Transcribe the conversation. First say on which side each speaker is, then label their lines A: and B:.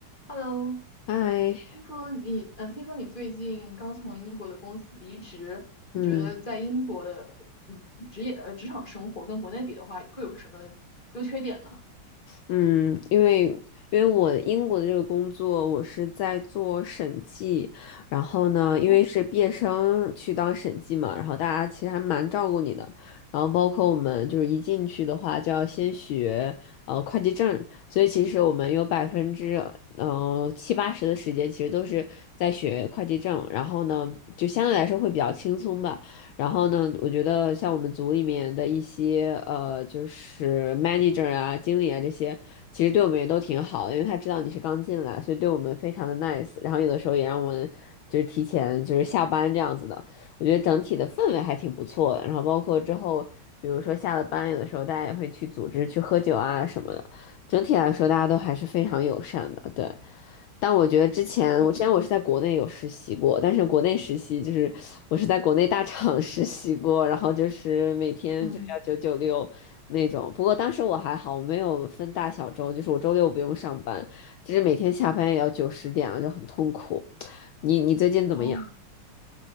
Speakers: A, on the left; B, on the left.
A: Hello，
B: 嗨，
A: 听说你，嗯、听说你最近刚从英国的公司离职，你觉得在英国的，
B: 嗯
A: 嗯，职业，呃，职场生活跟国内比的话，各有什么优缺点呢？
B: 嗯，因为因为我英国的这个工作，我是在做审计，然后呢，因为是毕业生去当审计嘛，
A: 哦，
B: 然后大家其实还蛮照顾你的，然后包括我们就是一进去的话就要先学呃会计证，所以其实我们有百分之呃七八十的时间其实都是在学会计证，然后呢，就相对来说会比较轻松吧。然后呢，我觉得像我们组里面的一些呃，就是 manager 啊、经理啊这些，其实对我们也都挺好的，因为他知道你是刚进来，所以对我们非常的 nice。然后有的时候也让我们就是提前就是下班这样子的，我觉得整体的氛围还挺不错的。然后包括之后，比如说下了班，有的时候大家也会去组织去喝酒啊什么的，整体来说大家都还是非常友善的，对。但我觉得之前，
A: 还挺好。
B: 我之前我是在国内有实习过，但是国内实习就是我是在国内大厂 <laughs> 实习过，然后就是每天就要九九六那种。
A: 嗯，
B: 不过当时我还好，我没有分大小周，就是我周六不用上班，就是每天下班也要九十点了，就很痛苦。你你最近怎么样？
A: 哦，